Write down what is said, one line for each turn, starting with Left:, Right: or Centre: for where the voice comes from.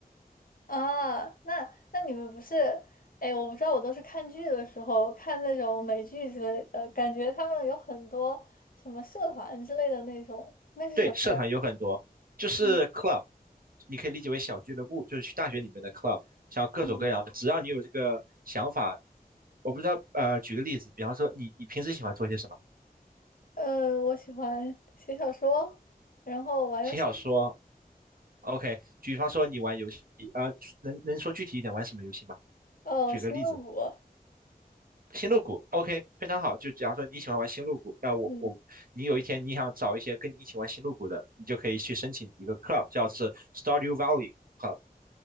Left: 啊，那那你们不是，哎，我不知道，我都是看剧的时候看那种美剧之类的，感觉他们有很多什么社团之类的那种，那是什么呀
Right: 对，社团有很多，就是
Left: 嗯，
Right: club，你可以理解为小俱乐部，就是去大学里面的 club，像各种各样的，
Left: 嗯
Right: 只要你有这个想法，我不知道，呃，举个例子，比方说你你平时喜欢做些什么？
Left: 呃，我喜欢写小说，然后玩游戏，
Right: 写小说，OK。比方说你玩游戏，呃，能能说具体一点玩什么游戏吗？
Left: 哦，
Right: 举个例子，
Left: 星露谷，
Right: 星露谷，OK，非常好。就假如说你喜欢玩星露谷，那我我你有一天你想找一些跟你一起玩星露谷的，
Left: 嗯，
Right: 你就可以去申请一个 club，叫做是 Stardew Valley。club。